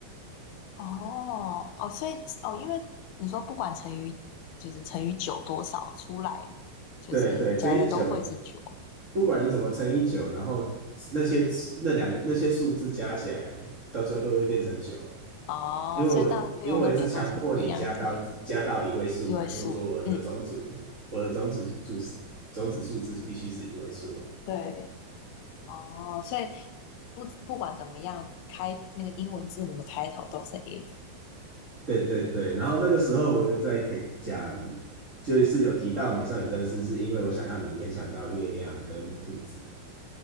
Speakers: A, on the left (about 80°); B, on the right (about 25°).
A: 哦，哦，所以哦，因为你说不管乘以就是乘以九多少出来，就是加一加都会是九。
B: 对对，乘以九，不管你怎么乘以九，然后那些那两个那些数字加起来，到最后都会变成九，
A: 哦，
B: 因为我因为我一直强迫你加到加到一位数嘛，
A: 所以到六那边都是一样的一位数。
B: 因为我说我的种子
A: 嗯，
B: 我的种子组种子数字必须是一位数，
A: 对。哦，所以不不管怎么样，开那个英文字母的开头都是 if。
B: 对对对，然后那个时候我在提讲。就是有提到美少女战士，是因为我想要你联想到月亮跟兔子。